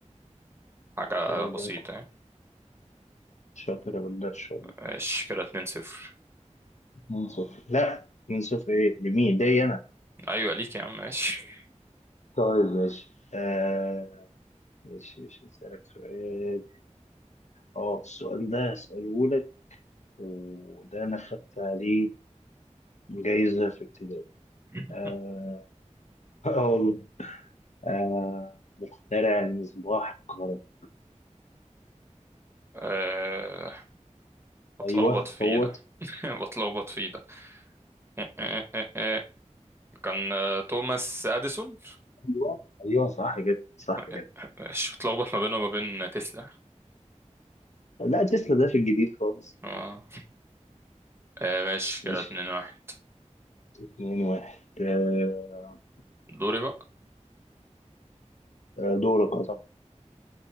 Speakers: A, on the right (about 20°); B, on the left (about 65°).
A: حاجة
B: طب والله
A: بسيطة
B: كنت
A: يعني
B: شاطر بالله إن شاء الله
A: ماشي كده اتنين صفر
B: من صفر لا من صفر إيه لمين ليا أنا
A: أيوة ليك يا عم ماشي
B: طيب ماشي آه، ماشي ماشي هسألك سؤال اه السؤال ده هسأله لك وده أنا خدت عليه جايزة في ابتدائي
A: <laughs>
B: اه <laughs> آه والله آه مخترع المصباح الكهربائي
A: أه بتلخبط
B: أيوه
A: فيه
B: هو
A: ده <laughs> بتلخبط فيه ده أه أه أه أه. كان آه، توماس أديسون
B: أيوه أيوه صح كده صح
A: أه
B: كده
A: أه. أه. ماشي بتلخبط ما بينه وما بين تسلا
B: لا تسلا ده في الجديد خالص
A: اه آه، ماشي
B: ماشي
A: كده اتنين واحد
B: اتنين واحد آه
A: دوري بقى
B: آه، دورك اه طبعا